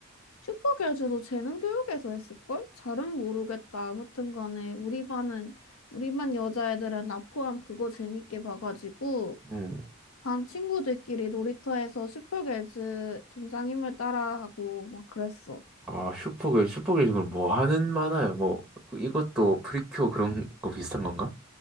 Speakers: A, on the left; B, in the centre.
A: 슈퍼 교주도 재능 교육에서 했을걸? 잘은 모르겠다. 아무튼 간에 우리 반은 우리 반 여자애들은 나 포함 그거 재밌게 봐가지고
B: 음,
A: 반 친구들끼리 놀이터에서 슈퍼 교주 등장인물 따라하고 막 그랬어.
B: 아, 슈퍼 길즈, 슈퍼 길즈 그럼 뭐 하는 만화야? 뭐, 이것도 프리큐어 그런 거 비슷한 건가?